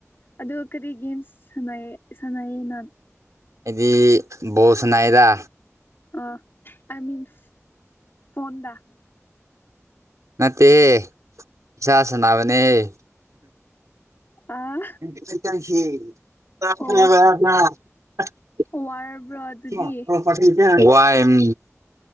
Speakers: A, on the left (about 45°); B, on the right (about 85°).
A: ꯑꯗꯨ ꯀꯔꯤ ꯒꯦꯝꯁ ꯁꯥꯟꯅꯩ ꯁꯥꯟꯅꯩꯌꯦ ꯅꯪ
B: ꯑꯩꯗꯤ ꯕꯣꯜ ꯁꯟꯅꯩꯌꯦꯗ
A: ꯑꯥ ꯑꯥꯏ ꯃꯤꯟ ꯐꯣꯟꯗ
B: ꯅꯠꯇꯦꯍꯦ ꯏꯁꯥ ꯁꯥꯟꯅꯥꯕꯅꯦꯍꯦ
A: ꯑꯥ
B: <unintelligible>
A: ꯑꯣ ꯋꯥꯔꯕ꯭ꯔꯣ ꯑꯗꯨꯗꯤ
B: <inaudible> ꯋꯥꯏ ꯎꯝ